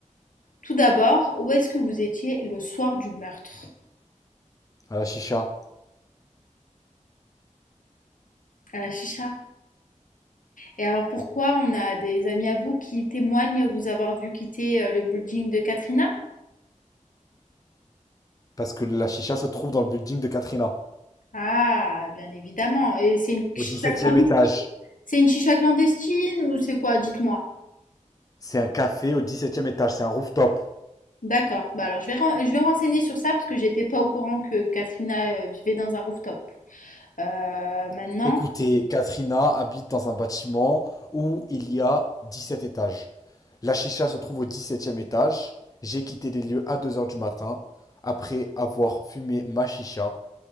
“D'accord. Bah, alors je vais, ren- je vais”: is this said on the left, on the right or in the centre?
Left